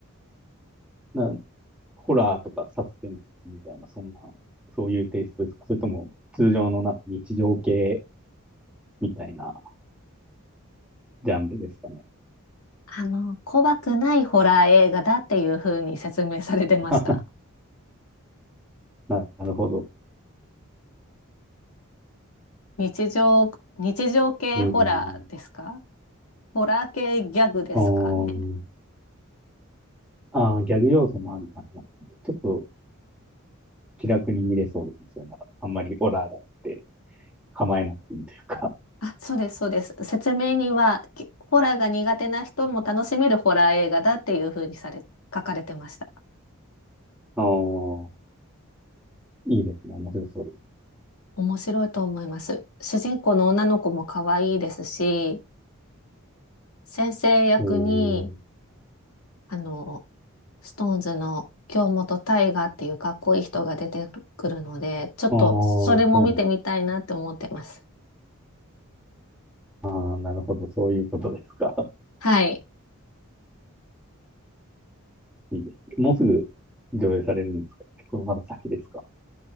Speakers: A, in the centre; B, on the left.
A: な、ホラーとかサスペンスみたいな、そんな、そういうテイストですかそれとも、通常のなんか日常系みたいなジャンルですかね。
B: あの、怖くないホラー映画だっていう風に説明されてました。
A: <laughs> なるほど。
B: 日常、日常系ホラーですか
A: えー、
B: ホラー系ギャグですかね
A: あーあー、ギャグ要素もある感じなんですね。ちょっと気楽に見れそうですね。それなんか、あんまりホラーだって構えなくていいというか。<laughs>
B: あ、そうです、そうです。説明には、きホラーが苦手な人も楽しめるホラー映画だっていう風にされ、書かれてました。
A: ああ、いいですね。面白そうです。
B: 面白いと思います。主人公の女の子も可愛いですし、先生役に、
A: えー
B: あの、ストーンズの京本大我っていうかっこいい人が出てくるので、ちょっとそれも見てみたいなって思ってます。
A: ああ、そうなんだ。なるほど。そういうことですか。<laughs>
B: はい。
A: いいですね。もうすぐ上映されるんですか結構まだ先ですか